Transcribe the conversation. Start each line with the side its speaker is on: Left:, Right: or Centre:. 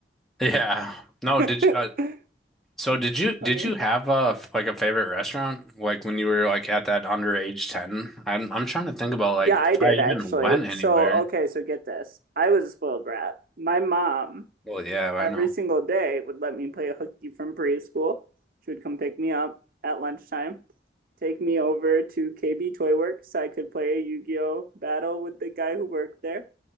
Centre: yeah. No,
Right: what
Centre: did
Right: I
Centre: uh,
Right: mean?
Centre: so did
Right: <laughs>
Centre: you
Right: Funny.
Centre: did you have a f- like a favorite restaurant like when you were like at that underage 10? I'm I'm trying to think about like
Right: Yeah,
Centre: if
Right: I did
Centre: I even
Right: actually.
Centre: went anywhere.
Right: So, okay, so get this. I was a spoiled brat. My mom,
Centre: Well, yeah, I
Right: every
Centre: know.
Right: single day, would let me play hooky from preschool. She would come pick me up at lunchtime, take me over to KB Toy Works so I could play a Yu-Gi-Oh battle with the guy who worked there,